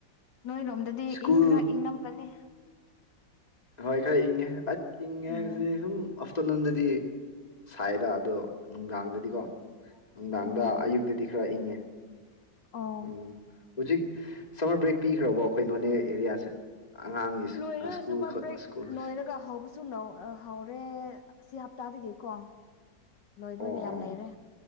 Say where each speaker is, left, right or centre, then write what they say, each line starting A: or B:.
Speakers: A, on the left (about 70°); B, on the left (about 20°).
A: ꯅꯣꯏꯔꯣꯝꯗꯗꯤ
B: ꯁ꯭ꯀꯨꯜ
A: ꯏꯪ ꯈꯔ ꯏꯪ ꯅꯝꯒꯅꯤ
B: ꯍꯣꯏ ꯈꯔ ꯏꯪꯉꯦ ꯑꯠ ꯏꯪꯉꯦ
A: ꯎꯝ
B: ꯍꯥꯏꯁꯦ ꯁꯨꯝ ꯑꯐꯇꯔꯅꯨꯟꯗꯗꯤ ꯁꯥꯏꯗ ꯑꯗꯣ ꯅꯨꯡꯗꯥꯡꯗꯗꯤꯀꯣ ꯅꯨꯡꯗꯥꯡꯗ
A: ꯎꯝ
B: ꯑꯌꯨꯛꯇꯗꯤ ꯈꯔ ꯏꯪꯉꯦ
A: ꯑꯣ
B: ꯎꯝ ꯍꯧꯖꯤꯛ ꯁꯝꯃꯔ ꯕ꯭ꯔꯦꯛ ꯄꯤꯈ꯭ꯔꯕꯣ ꯑꯩꯈꯣꯏ ꯅꯣꯅꯦ ꯑꯦꯔꯤꯌꯥꯁꯦ ꯑꯉꯥꯡꯒꯤ
A: ꯂꯣꯏꯔꯣꯏ
B: ꯁ꯭ꯀꯨꯜ
A: ꯁꯝꯃꯔ ꯕ꯭ꯔꯦꯛ
B: ꯁ꯭ꯀꯨꯜ
A: ꯂꯣꯏꯔꯒ ꯍꯧꯕꯁꯨ ꯂꯧ ꯍꯧꯔꯦ ꯁꯤ ꯍꯞꯇꯥꯗꯒꯤꯀꯣ ꯂꯣꯏꯕ
B: ꯑꯣ
A: ꯃꯤꯌꯥꯝ
B: ꯑꯣ
A: ꯂꯩꯔꯦ